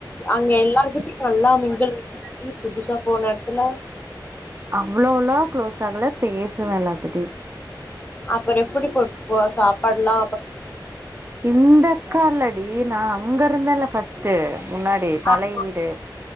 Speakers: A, on the left; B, on the right.
A: அங்க எல்லாருகிட்டயு நல்லா மிங்குல் <inaudible> புதுசா போன எட்த்துல
B: அவ்ளோவள்லா கு்ளோஸ் ஆகல பேசுவே எல்லாத்துட்டயு
A: அப்புற எப்பிடி போ போஸ் சாப்பாட்லா
B: இந்தக்கால்ல டி நா அங்க இருந்தெல்ல ஃபஸ் ட்டு முன்னாடி பழைய
A: ஆமா
B: வீடு